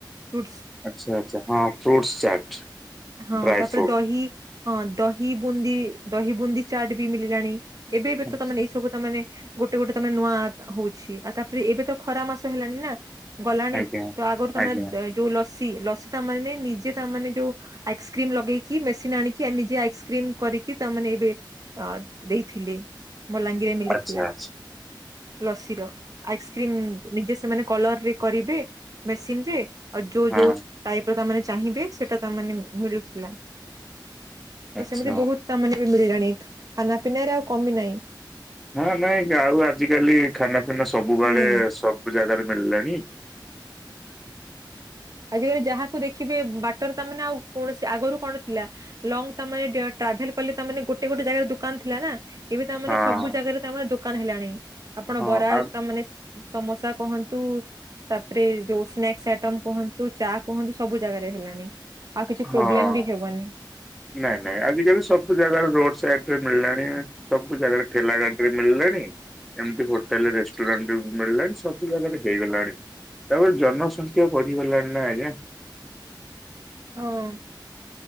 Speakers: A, on the right; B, in the centre.
A: ଫ୍ରୁଟ
B: ଆଛା ଆଛା ହଁ ଫ୍ରୁଟସ ଚାଟ
A: ହଁ
B: ଡ୍ରାଏ
A: ତାପରେ ଦହି ହଁ ଦହି ବୁନ୍ଦି ଦହି ବୁନ୍ଦି ଚାଟ ବି ମଳିଲାଣି। ଏବେ ଏବେ
B: ଆଚ୍ଛା
A: ତ ତମେ ନେଇ ତାମାନେ ଗୋଟେ ଗୋଟେ ତମେ ନୂଆ ହଉଛି ଆଉ ତାପରେ ଏବେ ତ ଖରା ମାସ ହେଲାଣି ନା। ଗଲାଣି
B: ଆଜ୍ଞା।
A: ତ ଆଗରୁ ତମେ
B: ଆଜ୍ଞା
A: ଦେ ଯୋଉ ଲସି ଲସି ତାମାନେ ନିଜେ ତାମାନେ ଯୋଉ ଆଇସ୍କ୍ରିମ ଲଗେଇ ଚି ମେସିନ୍ ଆଣିକି ନିଜେ ଆଇସ୍କ୍ରିମ କରିକି ତାମାନେ ଏବେ ଅ ଦେଇଥିଲେ। ମଲାଙ୍ଗିରେ ମିଲିଥିଲା।
B: ଆଚ୍ଛା ଆଚ୍ଛା
A: ଲସି ର ଆଇସ୍କ୍ରିମ ନିଜେ ସେମାନେ କଲରରେ କରିବେ। ମେସିନ ରେ ଆଉ ଯୋଉ
B: ହଁ
A: ଯୋଉ ଟାଇପ ର ତାମାନେ ଚାହିଁବେ ସେଟା ତାମାନେ ମିଳୁଥିଲା। ତ
B: ଆଚ୍ଛା।
A: ସେମିତି ବହୁତ ତାମାନେ ବି ମିଳିଲାଣି ଖାନା ପିିନାରେ ଆଉ କମି ନାଇ।
B: ହ ନାଇଁ ଯାଉ ଆଜିିକାଲି ଖାନା ପିନା ସବୁବେଳେ
A: ହୁଁ।
B: ସବୁ ଜାଗାରେ ମେଲଣି
A: ଆଜିକାଲି ଯାହାକୁ ଦେଖିବେ ବାଟରେ ତା ମାନ ଆଉ କୌଣସି ଆଗୁରୁ କଣ ଥିଲା ଲଙ୍ଗ ତା ମାନେ ଟ୍ରାଭେଲ କଲେ ତା ମାନେ ଗୋଟେ ଗୋଟେ ଜାଗାରେ ଦୋକାନ ଥିଲା ନା। ଏବେ ତାମାନେ
B: ହଁ
A: ସବୁ ଜାଗାରେ ତାମାନେ ଦୋକାନ ହେଲାଣି ଆପଣ
B: ହଁ
A: ବରା
B: ଆଉ
A: ତା ମାନେ ସ୍ ସମୋସା କୁହନ୍ତୁ ତାପରେ ଯୋଉ ସ୍ନାକ୍ସ ଆଇଟମ କୁହ ଚା କୁହନ୍ତି ସବୁ ଜାଗାରେ ହେଲାଣି ଆଉ କିଛି
B: ହଁ।
A: ପ୍ରୋବ୍ଲେମ ବି ହେବନି।
B: ନାଇଁ ନାଇଁ ଆଜିକାଲି ସବୁ ଜାଗାରେ ରୋଡ ସାଇଡ଼ରେ ମିଳିଲାଣି। ସବୁ ଜାଗାରେ ଠେଲା ଗାଡିରେ ମିଳିଲାଣି। ଏମିତି ହୋଟେଲ ରେଷ୍ଟୁରାଣ୍ଟ ମିଳିଲାଣି ସବୁ ଜାଗାରେ ହେଇଗଲାଣି। ତାପରେ ଜନସଂଖ୍ୟା ବଢିଗଲାଣି ନା ଆଜ୍ଞା।
A: ହଁ।